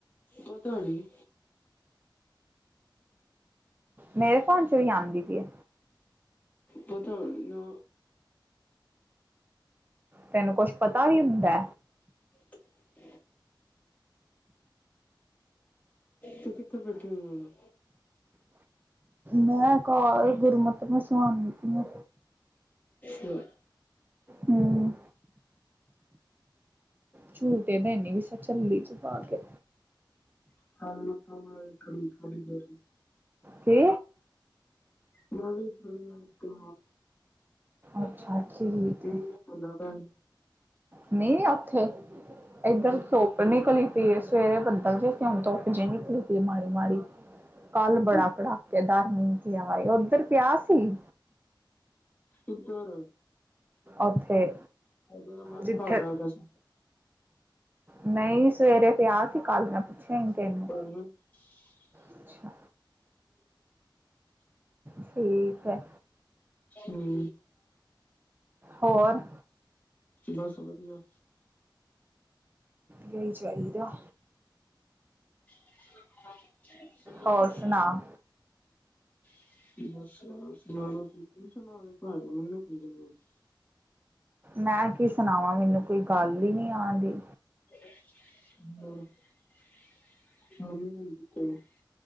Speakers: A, on the left; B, on the right.
A: ਪਤਾ ਨੀ।
B: ਮੇਰੇ ਫੋਨ ਚ ਵੀ ਆਂਦੀ ਪਈ ਐ।
A: ਪਤਾ ਨੀ, ਨਾ।
B: ਤੈਨੂੰ ਕੁਛ ਪਤਾ ਵੀ ਹੁੰਦਾ।
A: <inaudible> ਤੂੰ ਕਿੱਥੇ ਬੈਠੀ ਹੋਈ ਐ ਹੁਣ।
B: ਮੈਂ ਘਰ ਗੁਰਮਤ ਨੂੰ ਸੁਆਨੀ ਪਈ ਆਂ।
A: ਹੂੰ,
B: ਹੂੰ, ਝੂਟੇ ਦੇਨੀ ਪਈ ਸਾਂ। ਝੱਲੀ ਜ ਪਾ ਕੇ।
A: <inaudible>
B: ਕੀ
A: ਮੈਂ ਵੀ ਤੁਰਨ ਲੱਗਾ।
B: ਅੱਛਾ ਠੀਕ
A: ਹੂੰ
B: ਹੈ
A: ਆਂਦਾ ਪੈ।
B: ਨਹੀਂ ਉੱਥੇ ਇੱਧਰ ਸੋ ਨਿਕਲੀ ਪਈ ਏ ਸਵੇਰੇ ਬੱਦਲ ਜੇ ਕੁਣ ਧੁੱਪ ਜੀ ਨਿਕਲੀ ਪਈ ਮਾੜੀ-ਮਾੜੀ। ਕੱਲ ਬੜਾ
A: ਹੂੰ
B: ਕੜਾਕੇਦਾਰ ਮੀਂਹ ਪਿਆ ਉਧਰ ਪਿਆ ਸੀ।
A: ਇਧਰ
B: ਉੱਥੇ
A: ਉਦੋਂ ਮੈਂ ਵੀ
B: ਜਿੱਥੇ
A: ਘਰ ਆ ਗਿਆ ਸੀ।
B: ਨਈ ਸਵੇਰੇ ਪਿਆ ਸੀ ਕੱਲ ਮੈਂ ਪੁੱਛਿਆ
A: <inaudible>
B: ਹੀ ਤੈਨੂੰ ਅੱਛਾ, ਠੀਕ ਐ।
A: ਹੂੰ,
B: ਹੋਰ
A: ਬਸ ਵਧੀਆ।
B: ਵਧੀਆ ਹੀ ਚਾਹੀਦਾ।
A: <inaudible>
B: ਹੋਰ ਸੁਣਾ
A: <inaudible>
B: ਮੈਂ ਕੀ ਸੁਣਾਵਾਂ ਮੈਨੂੰ ਕੋਈ ਗੱਲ ਹੀ ਨੀ ਆਂਦੀ।
A: <inaudible>